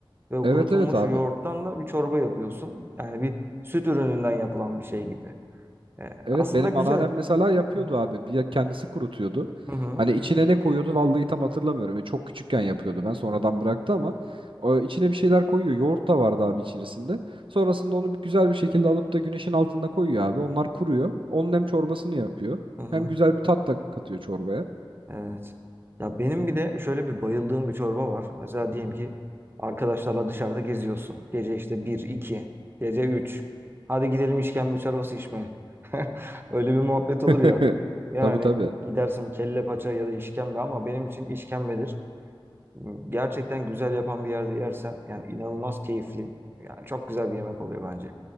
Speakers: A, on the right (about 25°); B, on the right (about 65°).
A: ve o
B: Evet
A: kurutulmuş
B: evet abi.
A: yoğurttan da bir çorba yapıyorsun. Yani bir süt ürününden yapılan bir şey gibi. E,
B: Evet
A: aslında
B: benim
A: güzel.
B: anneannem mesela yapıyordu
A: Hı
B: abi. Bir kendisi kurutuyordu.
A: hı. Hı hı.
B: Hani içine ne koyuyordu vallahi tam hatırlamıyorum. E, çok küçükken yapıyordu ben sonradan bıraktı ama o içine bir şeyler koyuyor. Yoğurt da vardı abi içerisinde. Sonrasında onu güzel bir şekilde alıp da güneşin altında koyuyor abi. Onlar kuruyor. Onun hem çorbasını yapıyor
A: Hı hı.
B: hem güzel bir tat da katıyor çorbaya.
A: Evet. Ya benim bir de şöyle bir bayıldığım bir çorba var. Mesela diyelim ki arkadaşlarla dışarıda geziyorsun. Gece işte bir iki gece üç Hadi gidelim işkembe çorbası içmeye. <laughs> Öyle bir muhabbet
B: <laughs>
A: olur ya. Yani
B: Tabii tabii.
A: gidersin kelle paça ya da işkembe ama benim için işkembedir. Gerçekten güzel yapan bir yerde yersen yani inanılmaz keyifli. Yani çok güzel bir yemek oluyor bence.